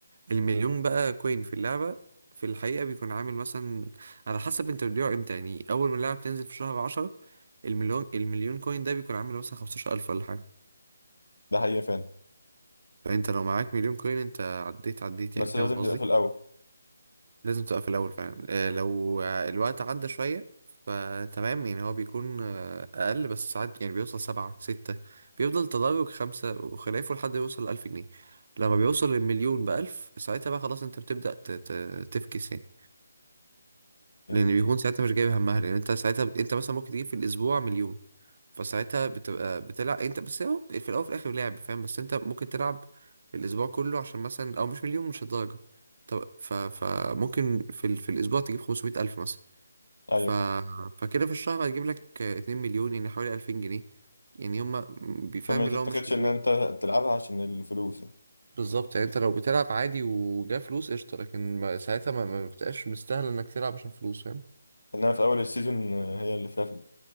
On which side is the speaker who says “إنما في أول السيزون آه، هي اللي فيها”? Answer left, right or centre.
Left